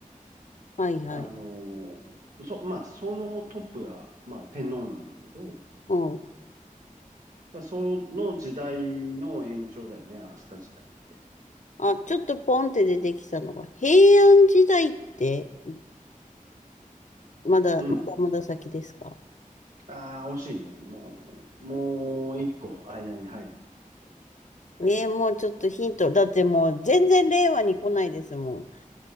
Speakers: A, on the left; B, on the right.
A: はいはい。
B: あの、そ、まあ、そのトップが、まあ、天皇なんだけど、
A: うん。
B: だその時代の延長だよね、飛鳥時代って。
A: あ、ちょっとポンって出てきたのが、平安時代って、いまだ、まだまだ先ですか
B: うん。ああ、惜しいね。もう、もう一個間に入るんだけど。
A: えーもうちょっとヒント。だってもう全然令和に来ないですもん。